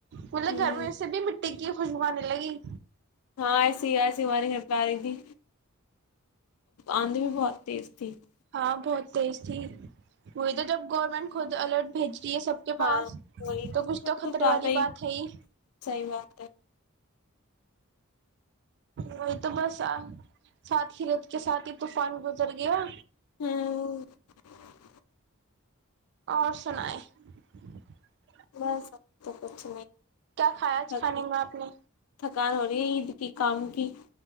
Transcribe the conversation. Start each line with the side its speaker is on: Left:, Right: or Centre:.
Right: مطلب
Left: ہوں
Right: گرمی سے بھی کی خوشبنے لگی
Left: ہاں ایسی ایسی ہماری ہے باری کی آند بھی بہت تز تھی <inaudible>
Right: اں بہت تیز تھی وہی تو جب گورنمنٹ خود الرٹ بھیجی یہ سب کے
Left: ہاں
Right: پاس
Left: وہی
Right: تو
Left: نا
Right: کچھ
Left: پھر
Right: تو خطرے
Left: زیادہ
Right: والی بات ہے ہی
Left: صحیح بات ہے
Right: وہی تو بس ساتھ ہی رت کے ساتھ ہی طوفان گزر گیا
Left: ہاں <inaudible>
Right: اور سنائ <inaudible>
Left: بس تو کچھ <inaudible>
Right: کیا کھایا آج
Left: تھک
Right: کھانے میں آپ نے
Left: تھکان ہو رہی ہے عید کی کام کی